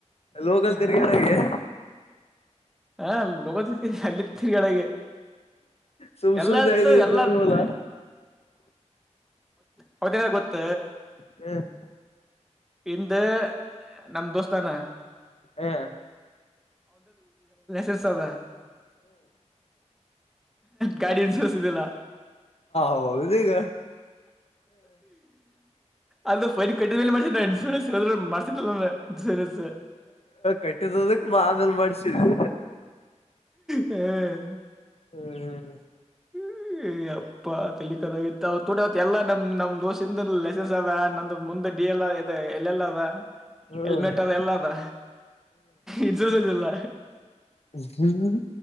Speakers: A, on the left; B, in the centre.
A: ಲೋಕಲ್ ತಿರ್ಗಾಡಗೆ
B: ಹ್ಮ ಹಾ ಲೋಗದ ಅಲ್ಲಿ ತಿಗಡೆಗೆ
A: ಸುಮ್
B: ಎಲ್ಲತ್ತು
A: ಸುಮ್ನೆ ಐದ್ ಐದ್ನೂರು
B: ಎಲ್ಲ ತ್
A: ಅಲ್ಲ
B: ಅವತ್ತೇನ ಗೊತ್ತ?
A: ಹ್ಮ್
B: ಹಿಂದ ನಮ್ಮ್ ದೋಸ್ ಅದಾನ
A: ಹ್ಮ್
B: ಸಸಲ್ಲ ಗಾಡಿಯನ್ ಸೂಸುದಲ್ಲ
A: ಹೌದು ಈಗ
B: ಅದು ಫೈನ್ ಕಟ್ಟಿದೇ ಮಾಡಿ ನವು ಇನ್ಸೂರೆನ್ಸ್ <inaudible> ಮಡ್ಸಿದ್ರದಲ್ಲ ಇನ್ಸೂರನ್ಸ್
A: ಕಟ್ಟಿದದಕ್ ಆಮೇಲ್ ಮಾಡ್ಸಿದ್ವಿ
B: ಹ್ಮ್
A: ಹ್ಮ್ ಹ್ಮ್ ಹ್ಮ
B: ಹ್ಮ್ ಅಪ್ಪಾ ತಲ್ಲಿಿಕರ ಆಗತ್ತು ಅವ ತೂಟವ ಎಲ್ಲ ನಮ್ ನಮ್ ದೋಸ್ಿಂದ ಲೆಸೆನ್ಸ್ ಅದ ನ ಮುಂದಡ್ ಡಿಎಲ್ ಆಗೆತಿ ಎಲ್ಲೆಲ್ಲ ಅದ
A: ಹ್ಮ್
B: ಎಲ್ಮೆಟ್ ಅದ ಎಲ್ಲ ಅದ ಇನಸೂರೆನ್ಸದಿಲ್ಲ
A: ಹ್ಮ್